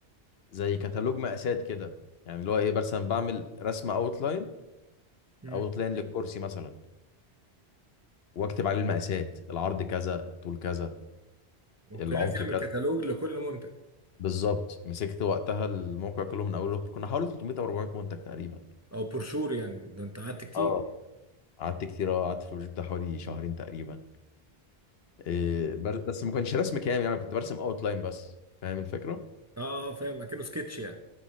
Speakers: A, on the left (about 70°); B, on the right (about 20°).
A: زي كتالوج مقاسات كده يعني اللي هو ايه مثلا بعمل رسمه اوتلاين
B: مم.
A: او اوت لاين للكرسي مثلا واكتب عليه المقاسات العرض كذا الطول كذا
B: اوكي
A: العمق
B: عايز
A: كذا
B: يعمل كتالوج لكل منتج
A: بالظبط مسكت وقتها الموقع كله من اول لاخر كنا حوالي 300 او 400 منتج تقريبا
B: او برشور يعني ده انت قعدت كتير
A: اه قعدت كتير أوي، قعدت في البروجكت ده حوالي شهرين تقريبا إيه بر- بس ما كانش رسم كامل يعني كنت برسم اوت لاين بس فاهم الفكره
B: اه آه، فاهم اكنه سكتش يعني